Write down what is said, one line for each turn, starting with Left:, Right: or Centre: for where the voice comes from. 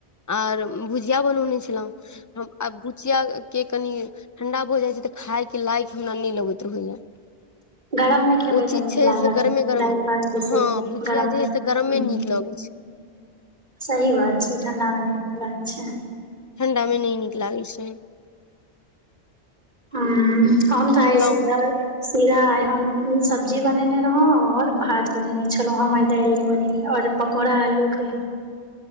Left: आर भुजिया बनौने छलहुँ आ भुचिया के कनि ठण्डा भ जाइ छैय त खायके लायक हमरा नहि लगैत रहैया
Right: गरम मे खेबै
Left: ओ चीज
Right: तऽ नीक
Left: छैय
Right: लागत
Left: से गरमे गरम
Right: दालि भात बेसी
Left: हँ भुजिया
Right: गरम
Left: जे
Right: मे
Left: है से गरमे
Right: हूँ
Left: नीक लगै छ
Right: सही बात छैय ठण्डा मे नहि नीक लागै छैय।
Left: ठण्डा मे नहि नीक लागै छैय।
Right: ह्म हम त आइ
Left: खेलहुँ
Right: सीधा सीधा आइ हम सब्जी बनेने रहौं और भात बनेने छलहु हम दालि नहि बनेली ओर पकौड़ा आलू के